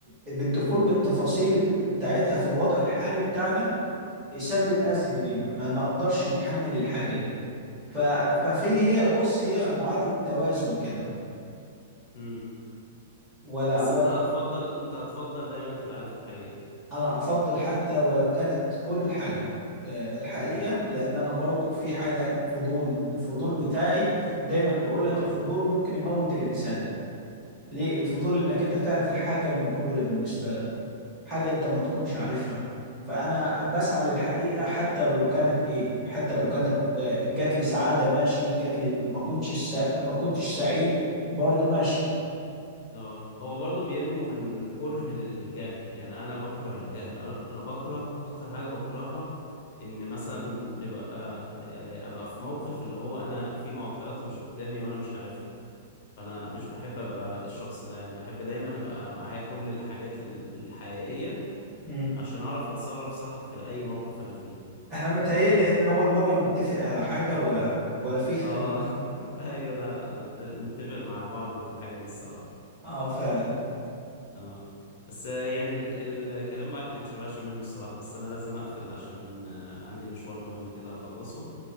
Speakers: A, on the right; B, on the left.
A: بالدخول بالتفاصيل بتاعتها في الوضع الحالي بتاعنا يسبب أذى
B: اه
A: لينا ما نقدرش نتحمل الحاجة دي ف- ففي هي بص هي معادلة توازن كده
B: امم
A: ولا
B: بس انت هتفضل انت هتفضل دايما تبقى عارف الحقيقة
A: انا افضل حتى ولو كانت كل حاجه آه، الحقيقه لان انا برضو في حاجه الفضول الفضول بتاعي دايما بيقول
B: اه
A: لك الفضول ممكن يموت الانسان ليه الفضول انك انت تعرف الحاجه المجهوله بالنسبه لك حاجه انت ما تكونش عارفها فانا بسعى للحقيقه حتى لو كانت ايه حتى لو كانت آه، جات لي سعاده ماشي جات لي ما كنتش سع... ما كنتش سعيد برضو ماشي
B: اه هو برضو بينمو من كره للجهل يعني انا بكره الجهل انا انا بكره اكتر حاجة بكرهها ان مثلا نبقى آه، ابقى في موقف اللي هو انا في معطيات مش قدامي وانا مش عارفها فانا مش بحب ابقى الشخص ده يعني بحب دايما ابقى معايا كل الحاجات ال- الحقيقية
A: مم.
B: عشان اعرف اتصرف صح في اي موقف انا فيه
A: احنا متهيألي
B: ف...
A: احنا اول مره نتفق على حاجه ولا ولا في اختلاف
B: اه <laughs> ايوه لا لا انا أت- نتفق مع بعض في الحاجه دي الصراحه
A: اه فعلا
B: اه بس آه، يعني ال... الكلام معاك ما يتشبعش منه الصراحه بس انا لازم اقفل عشان آه، عندي مشوار مهم كده اخلصه